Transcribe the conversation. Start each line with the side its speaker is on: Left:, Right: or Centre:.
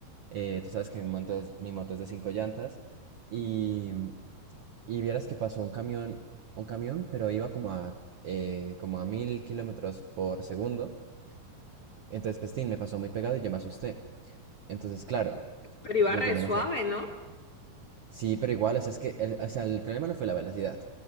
Right: Eh, tú sabes que mi moto es, mi moto es de cinco llantas. Y, y vieras que pasó un camión, un camión, pero iba como a, eh, como a mil kilómetros por segundo. Entonces, pues, tin, me pasó muy pegado y yo me asusté. Entonces, claro,
Left: Pero iba
Right: yo,
Left: re
Right: yo me
Left: suave,
Right: enojé.
Left: ¿no?
Right: Sí, pero igual, o sea, es que el, o sea, el problema no fue la velocidad.